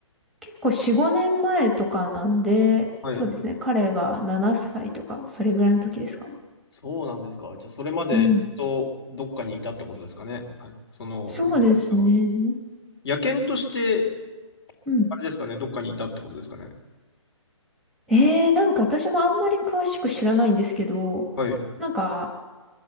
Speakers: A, in the centre; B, on the left (about 50°).
A: 結構4、5年前とかなんで、
B: はい。
A: そうですね。彼が7歳とか、それぐらいの時ですかね。
B: そうなんですか。じゃあ、それまでずっとどっかにいたってことですかね。
A: うん。
B: はい。その、
A: そうですね。
B: 生まれてからは。野犬として、
A: うん。
B: あれですかね、どっかにいたってことですかね。
A: ええなんか私もあんまり詳しく知らないんですけど、
B: はい。
A: なんか